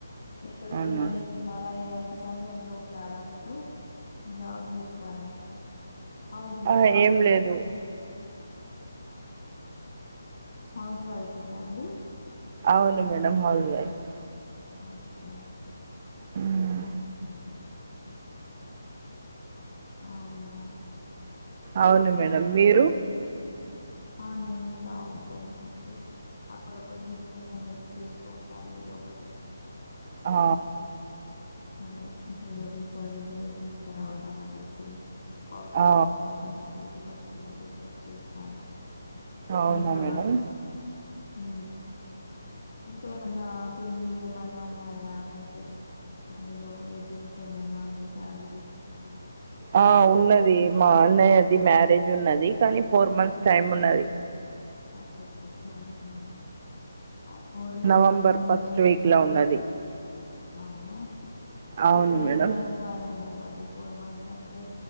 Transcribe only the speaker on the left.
ఎక్కడికన్న
వెల్ న్నారా ఏమన్న సంఘంలో ఉన్నారా మీరు జాబ్ చేస్తారా హౌస్ వైఫా
హౌస్ వైఫేనండి
ఆచ్చా
ఆహాహా అవునా అచ్చచ్చా!
ఆ నేను గూడా హౌస్ వైఫ్ని అండి అప్పుడప్పుడు బిజినెస్ అనేసి చేస్తూ ఉంటాను ఎదో ఒకటి
హ్మ్. అదే జ్యువలరీస్ అవి ఇవి తీసుకురావడం అనేసి కాస్మెటిక్స్
అవన్నీ తీసుకొచ్చి బిజినెస్ చేస్తాను
ఇంకా
మ్ ఇంకా ఏమన్న పెళ్ళిళ్ళు ఏమన్నా ఉన్నాయా? మీ ఫస్ట్ ఇందులో వెడ్డింగ్స్ ఏమన్నా మీ ఫ్యామిలీ
అచ్చచ్చచ్చ అహహహ. ఆ ఫోర్ మంత్స్
కి ముందుగానే
ప్రిపేర్,
అవునా ప్రిపేర్
ఇంగ సరేమో మడి ఫోర్ మంత్స్ అంటే